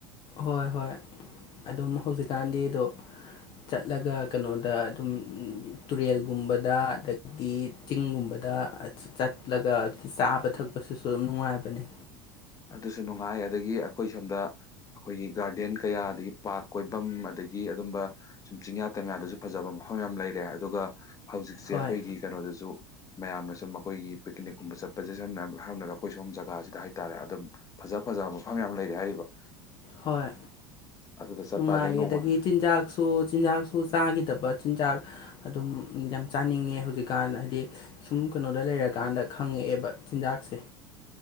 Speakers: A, on the left (about 45°); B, on the left (about 30°).
A: ꯍꯣꯏ ꯍꯣꯏ ꯑꯗꯨꯝ ꯍꯧꯖꯤꯛꯀꯥꯟꯗꯤꯗꯣ ꯆꯠꯂꯒ ꯀꯩꯅꯣꯗ ꯑꯗꯨꯝ ꯇꯨꯔꯦꯜꯒꯨꯝꯕꯗ ꯑꯗꯒꯤ ꯆꯤꯡꯒꯨꯝꯕꯗ ꯑꯗ ꯆꯠꯂꯒ ꯆꯥꯕ ꯊꯛꯄꯁꯤꯁꯨ ꯑꯗꯨꯝ ꯅꯨꯡꯉꯥꯏꯕꯅꯤ
B: ꯑꯗꯨꯁꯨ ꯅꯨꯡꯉꯥꯏ ꯑꯗꯒꯤ ꯑꯩꯈꯣꯏ ꯁꯣꯝꯗ ꯑꯩꯈꯣꯏꯒꯤ ꯒꯥꯔꯗꯦꯟ ꯀꯌꯥ ꯑꯗꯒꯤ ꯄꯥ꯭ꯔꯛ ꯀꯣꯏꯐꯝ ꯑꯗꯒꯤ ꯑꯗꯒꯤ ꯑꯗꯨꯝꯕ ꯁꯨꯝ ꯆꯤꯡꯌꯥ ꯇꯝꯌꯥꯗꯁꯨ ꯐꯖꯕ ꯃꯐꯝ ꯌꯥꯝ ꯂꯩꯔꯦ ꯑꯗꯨꯒ ꯍꯧꯖꯤꯛꯁꯦ
A: ꯍꯣꯏ
B: ꯑꯩꯈꯣꯏꯒꯤ ꯀꯩꯅꯣꯗꯁꯨ ꯃꯌꯥꯝꯅ ꯁꯨꯝ ꯑꯩꯈꯣꯏꯒꯤ ꯄꯤꯛꯅꯤꯛꯀꯨꯝꯕ ꯆꯠꯄꯁꯦ ꯁꯝꯅꯝꯅꯔ ꯑꯩꯈꯣꯏ ꯁꯣꯝ ꯖꯒꯥꯁꯤꯗ ꯍꯥꯏꯇꯥꯥꯔꯦ ꯑꯗꯨꯝ ꯐꯖ ꯐꯖꯕ ꯃꯐꯝ ꯌꯥꯝ ꯂꯩꯔꯦ ꯍꯥꯏꯔꯤꯕ
A: ꯍꯣꯏ
B: ꯑꯗꯨꯗ ꯆꯠꯄ
A: ꯅꯨꯡꯉꯥꯏꯌꯦ
B: ꯑꯗꯩ ꯅꯣꯡꯃ
A: ꯑꯗꯒꯤ ꯆꯤꯟꯖꯥꯛꯁꯨ ꯆꯤꯟꯖꯥꯛꯁꯨ ꯆꯥꯈꯤꯗꯕ ꯆꯤꯟꯖꯥꯛ ꯑꯗꯨꯝ ꯌꯥꯝ ꯆꯥꯅꯤꯡꯉꯦ ꯍꯧꯖꯤꯛꯀꯥꯟꯗ ꯍꯥꯏꯗꯤ ꯁꯨꯝ ꯀꯩꯅꯣꯗ ꯂꯩꯔꯀꯥꯟꯗ ꯈꯪꯉꯛꯑꯦꯕ ꯆꯤꯟꯖꯥꯛꯁꯦ